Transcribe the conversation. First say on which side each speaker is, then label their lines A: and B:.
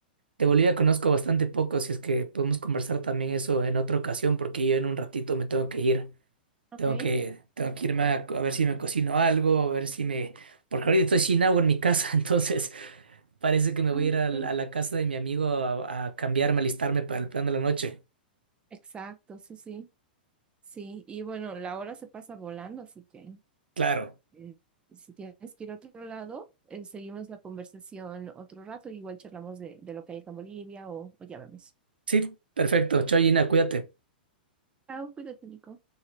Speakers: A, on the right; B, on the right.
A: de Bolivia conozco bastante poco, si es que podemos conversar también eso en otra ocasión, porque yo en un ratito me tengo que ir.
B: Ok.
A: Tengo que, tengo que irme a, co- a ver si me cocino algo, a ver si me... Porque ahorita estoy sin agua en mi casa, <laughs> entonces parece que me
B: Ah,
A: voy a ir a la,
B: ok.
A: a la casa de mi amigo a, a cambiarme, alistarme para el plan de la noche.
B: Exacto, sí, sí. Sí, y bueno, la hora se pasa volando, así que
A: Claro.
B: eh, si tienes que ir a otro lado, eh, seguimos la conversación otro rato, igual charlamos de, de lo que hay acá en Bolivia o, o ya vemos.
A: Sí, perfecto. Chao, Gina, cuídate.
B: Chao, cuídate, Nico.